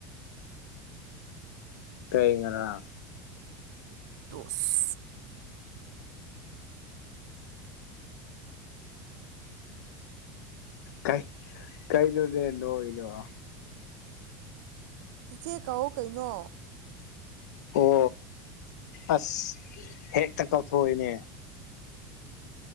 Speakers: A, on the left (about 65°); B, on the right (about 60°).
A: ꯀꯔꯤ ꯉꯥꯔꯥꯡ
B: ꯇꯣꯁ
A: ꯀꯩ ꯀꯩꯅꯣꯅꯦ ꯅꯣꯗꯣ
B: ꯆꯤꯆꯦ ꯀꯧꯋꯣ ꯀꯩꯅꯣ꯫
A: ꯑꯣ ꯑꯁ ꯍꯦꯛꯇ ꯇꯧꯊꯣꯛꯢꯅꯦ꯫